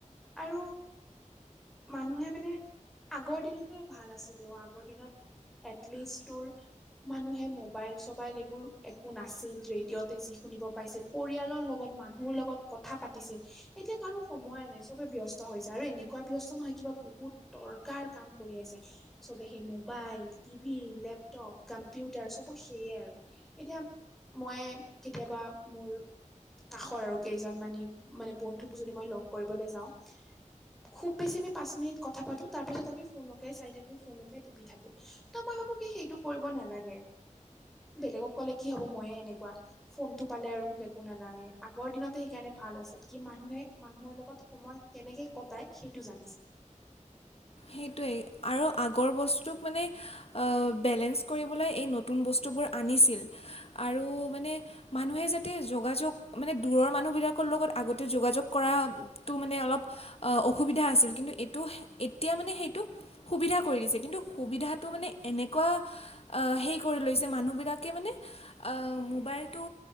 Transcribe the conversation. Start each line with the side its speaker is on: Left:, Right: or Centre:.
Centre: আৰু- মানুহে মানে, আগৰ দিনতে ভাল আছিলে আগৰ দিনত। এটলিষ্ট তোৰ মানুহে মবাইল চবাইল এইবোৰ একো না ছিল ৰেডিঅ'তে যি শুনিব পাইছিল পৰিয়ালৰ লগত- মানুহৰ লগত কথা পাতিছিল এতিয়া কাৰো সময় নাই চবে ব্যস্ত হৈ যায় আৰু এনেকুৱা ব্যস্ত নহয় কিবা বহুত- তৰ্কাৰ কাম কৰি আছে। চবে সেই মোবাইল টিভি লেপটপ কম্পিউটাৰ চব সেইয়ে আৰু। এতিয়া মই কেতিয়াবা মোৰ- কাষৰ আৰু কেইজন মানি মানে বন্ধুক যদি মই লগ কৰিবলৈ যাওঁ। খুব বেছি আমি পাঁচ মিনিট কথা পাতো তাৰ পিছত আমি ফোনকে চাই থাকো ফোনকে টিপি থাকোঁ। ত মই ভাবো কি সেইটো কৰিব নালাগে। বেলেগক ক'লে কি হ'ব ময়ে এনেকুৱা, ফোনটো পালে আৰু মোক একো নালাগে। আগৰ দিনতো সেইকাৰণে ভাল আছিল কি মানুহে মানুহৰ লগত সময় কেনেকে কটাই সেইটো জানিছিল।
Left: সেইটোৱেই আৰু আগৰ বস্তুটোক মানে- বেলেঞ্চ কৰিবলৈ এই নতুন বস্তুবোৰ আনিছিল আৰু মানে- মানুহে যাতে যোগাযোগ মানে দূৰৰ মানুহবিলাকৰ লগত আগতে যোগাযোগ কৰা- টো মানে অলপ অসুবিধা আছিল কিন্তু এইটো- তেতিয়া মানে সেইটো, সুবিধা কৰি দিছে কিন্তু সুবিধাটো মানে এনেকুৱা- আহ হেৰি কৰি লৈছে মানুহবিলাকে মানে- আহ মোবাইলটো